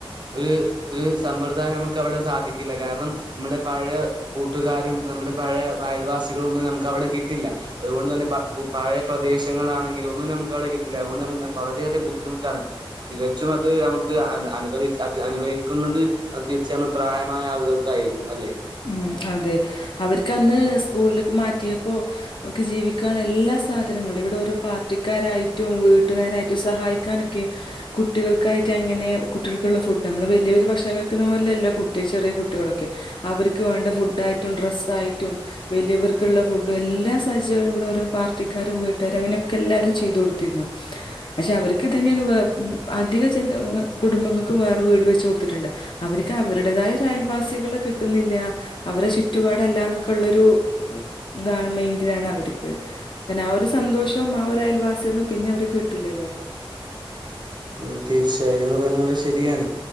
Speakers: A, on the right; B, on the left.
A: ഒരു ഒരു സമ്പ്രദായം നമുക്ക് അവിടെ സാധിക്കില്ല കാരണം നമ്മുടെ പഴയ കൂട്ടുകാരും നമ്മുടെ പഴയ അയൽവാസികള ഒന്നും നമുക്ക് അവിടെ കിട്ടില്ല അതുകൊണ്ട്ു തന്നെ പ പഴ പ്രദേശങ്ങളാണെങ്കില ഒന്നും നമുക്ക് അവിടെ കിട്ടില്ല അതുകൊണ്ട് വളരെയധറെ ബുദ്ധിമുട്ടാണ് തികച്ചും അത് നമുക്ക് അനഭദ അത് അനുഭവിക്കുന്നത് തീർച്ചയായും പ്രായമായ ആളുകൾക്കായിരിക്കും അല്ലെ
B: ഉം അതെ അവർക്ക് അന്ന് സ്കൂളിലേക്ക് മാറ്റിയപ്പോൊ അവക്കക്ക് ജീവിക്കാൻ എല്ലാ സാധനങ്ങളും ഇവിടെ ഓരോ പാർട്ടിക്കാരായിട്ടും വീട്ടുകാരായിട്ടും സഹായിക്കാനൊക്കെ കുട്ടികൾക്കായിട്ട് അങ്ങനെ കുട്ടികൾക്കുള്ള ഫുഡ് നമ്മള് വലിയ വലിയ ഭക്ഷണം കഴിക്കുന്ന പോലെല്ലോ കുട്ടി ചെറിയ കുട്ടികളൊക്കെ അവർക്ക് വേണ്ട ഫുഡ് ആയിട്ടും ഡ്രസ്സ ആായിട്ടും വലിയവർക്കുള്ള ഫുഡ എല്ലാ സഹചര്യങ്ങളും ഇവിടെ ഓരോ പാർട്ടിക്കാരും വീട്ടുകാരും അങ്ങനെയൊക്കെ എല്ലാവരും ചെയ്തു കൊടുത്തിരുന്നു <inaudible> പക്ഷെ അവർക്ക് തന്നെയാണ് അധിക കുടുംബങ്ങൾക്കും വേറെ വീട് വെച്ച കൊടുത്തിട്ടുണ്ട് അവർക്ക് അവരുടേതായ ഒരു അയൽവാസികള് കിട്ടുന്നില്ല അവരെ ചുറ്റുപാടല്ലന്നൊക്കെ ഉള്ളരു ഇതാണ് മൈൻഡിലാണ് അവർക്ക് പിന്നെ ആഹ് ഒരു സന്തോഷവും ആഹ് ഒരു അയൽവാസികളും പിന്നെ അവര്ക്ക്‌ കിട്ടില്ലല്ലോ
A: ഓഹ് തീർച്ചയായും പറഞ്ഞ പോെ ശരിയാണ്